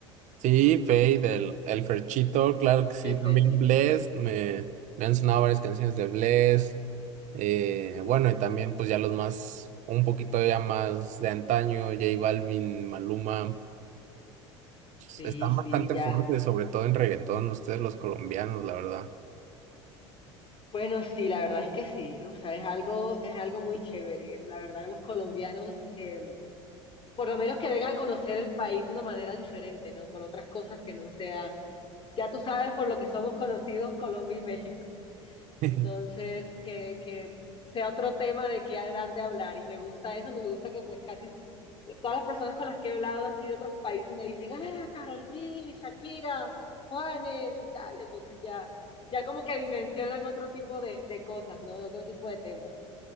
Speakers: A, on the right; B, on the left.
A: Sí, Fade, el, el Ferchito, claro que sí,
B: eh, Ferchit.
A: también Bless, me, me han sonado varias canciones de Bless, eh, bueno, y también pues ya los más, un poquito ya más de antaño, J Balvin, Maluma,
B: Sí,
A: pues, están
B: sí,
A: bastante
B: ya.
A: fuertes, sobre todo en reggaetón, ustedes los colombianos, la verdad.
B: Bueno, sí, la verdad es que sí, o sea, es algo, es algo muy chévere. La verdad, los colombianos, eh, por lo menos que vengan a conocer el país de una manera diferente, ¿no? Por otras cosas que no sea ya tú sabes por lo que somos conocidos Colombia y México. Entonces,
A: <laughs>
B: que, que sea otro tema de qué dar de hablar. Y me gusta eso, me gusta que pues casi todas las personas con las que he hablado así de otros países me dicen, ah, Karol G, Shakira, Juanes y tal. Entonces ya, ya como que dimensionan otro tipo de, de cosas, ¿no? De otro tipo de temas.